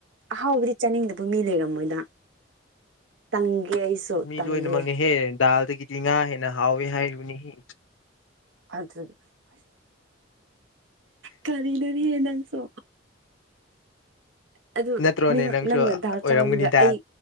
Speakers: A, on the right; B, on the left.
A: ꯑꯍꯥꯎꯕꯗꯤ ꯆꯥꯅꯤꯡꯗꯕ ꯃꯤ ꯂꯩꯔꯝꯃꯣꯏꯗ꯫ ꯇꯪꯒꯦ ꯑꯩꯁꯨ
B: ꯃꯤ
A: ꯇꯪꯒꯦ꯫
B: ꯂꯣꯏꯅꯃꯛꯅꯦꯍꯦ ꯗꯥꯜꯗꯒꯤꯗꯤ ꯉꯥꯅ ꯍꯦꯅ ꯍꯥꯎꯋꯤ ꯍꯕꯅꯤꯍꯦ꯫
A: ꯑꯗꯨꯗ ꯀꯔꯤꯅꯣꯅꯦꯍꯦ ꯅꯪꯁꯣ꯫ ꯑꯗꯨ
B: ꯅꯠꯇ꯭ꯔꯣꯅꯦ
A: ꯃꯤꯉꯣꯟ
B: ꯅꯪꯁꯨ
A: ꯅꯪꯅ
B: ꯑꯣꯏꯔꯝꯒꯅꯤꯗ
A: ꯗꯥꯥꯛ ꯆꯥꯎꯗꯨꯒ ꯑꯩ